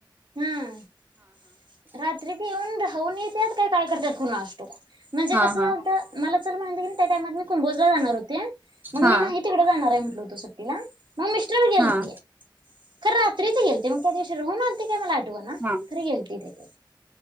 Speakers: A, on the right; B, on the right.
A: हम्म रात्री पिऊन ढ खाऊन येत्यात काय काय करतात कुणास ठाऊक म्हणजे
B: हा
A: कसं
B: हा
A: होतं मला चला <unintelligible> त्या टाइमात मी कुंभोजला जाणार होते, मग
B: हा
A: मी नाही तिकडे जाणार आहे म्ह होतो सुट्टीला मग मिस्टर गेलती
B: हा
A: खर रात्रीच गेलते मग त्या दिवशी राहून आलत ते काय मला आ ठवना
B: हा
A: खरं गेल ते